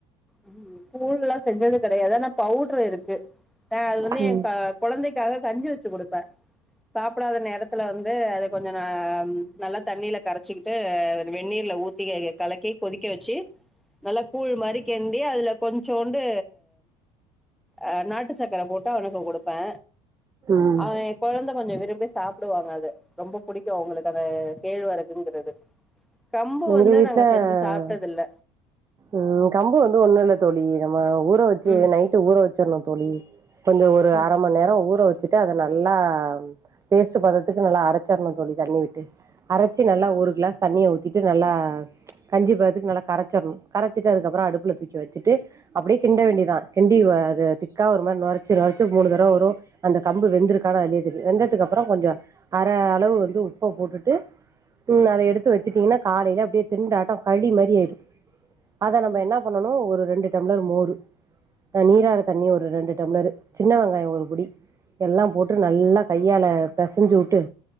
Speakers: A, in the centre; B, on the right (about 25°).
A: ம் கூழ் எல்லா செஞ்சது கிடையாது ஆனா பவுடர் இருக்கு ஆ அது வந்து
B: ம்
A: என் க குழந்தைக்காக கஞ்சி வெச்சி குடுப்பே சாப்பிடாத நேரத்துல வந்து அத கொஞ்ச நா நல்லா தண்ணியில கரைச்சிக்கிட்டு வெந்நீர்ல ஊத் தி கலக்கி கொதிக்க வச்சு நல்லா கூழ் மாரி கிண்டி அதுல கொஞ்சோண்டு அ நாட்டு சக்கர போட்டு அவனுக்கு குடுப்பே
B: ம்
A: அ குழந்த கொஞ்ச விரும்பி சாப்பிடுவாங்க அது ரொம்ப பிடிக்கு அவுங்களுக்கு அந்த கேழ்வரகுங்கிறது கம்பு
B: எங்க
A: வந்து
B: வீட்ல
A: நாங்க செஞ்சி சாப்ட்டது இல்ல
B: ம் கம்பு வந்து ஒண்ணு இல்ல தோழி நம்ம ஊற வச்சு
A: ம்
B: நைட்டு ஊற வச்சிர்ணு தோழி கொஞ்ச ஒரு
A: ம்
B: அரை மண்நேர ஊற வச்சுட்டு அத நல்லா பேஸ்ட்டு பதத்துக்கு நல்லா அரச்சரணு தோழி தண்ணி விட்டு அரச்சி நல்லா ஒரு கிளாஸ் தண்ணிய ஊத் த்திட்டு நல்லா கஞ்சி பதத்துக்கு நல்லா கரைச்சிர்ணு கரைச்சிட்டு அதுக்கப்புற அடுப்புல தூக்கி வச்சுட்டு அப்டியே கிண்ட வேண்டிதா கிண்டி அது திக்கா ஒரு மாரி நொரச்சி நொரச்சி மூணு தடவ வரு அந்த கம்பு வெந்திருக்கான் அதுலே தெரியு வெந்ததுக்கு அப்புற கொஞ்ச அரை அளவு வந்து உப்ப போட்டுட்டு ம் அத எடுத்து வச்சுட்டீங்கன்னா காலையில அப்படியே திண்டாட்ட களி மாரி ஆயிடு அத நம்ம
A: ம்
B: என்ன பண் ணனு ஒரு ரெண்டு டம்ளர் மோரு ஆ நீராறு தண்ணி ஒரு ரெண்டு டம்ளர் சின்ன வெங்காய ஒரு புடி எல்லாம் போட்டு நல்லா கையால பெசஞ்சி உட்டு